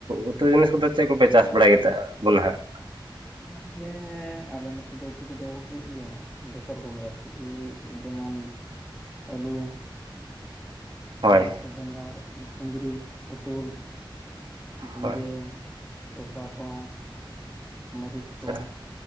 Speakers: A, on the right (about 70°); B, in the centre.
A: ᱩᱛᱩ ᱡᱤᱱᱤᱥ ᱠᱚᱫᱚ ᱪᱮᱜ ᱠᱚᱯᱮ ᱪᱟᱥ ᱵᱟᱲᱟᱭ ᱜᱮᱛᱟ ᱵᱚᱱᱟ ᱦᱟᱸᱜ?
B: <unintelligible> ᱜᱮᱸᱻ ᱟᱞᱮ ᱱᱚᱛᱮ ᱫᱚ ᱩᱛᱩ ᱠᱚᱫᱚ ᱦᱩᱭᱩᱜ ᱜᱮᱭᱟ ᱦᱟᱸᱜ ᱡᱚᱛᱚ ᱨᱚᱠᱚᱢ ᱜᱮ ᱟᱨ ᱤ ᱤ ᱡᱮᱢᱚᱱ ᱟᱹᱞᱩ
A: ᱦᱳᱭ
B: ᱟᱨ ᱱᱚᱛᱮ ᱵᱮᱸᱜᱟᱲ ᱩᱸ, ᱠᱩᱸᱫᱽᱨᱤ, ᱯᱳᱴᱳᱞ ᱡᱷᱤᱸᱜᱟᱹ
A: ᱦᱳᱭ
B: ᱥᱚᱥᱟ ᱠᱚ, ᱢᱟᱹᱨᱤᱪ
A: ᱟᱪᱪᱷᱟ
B: ᱠᱚ᱾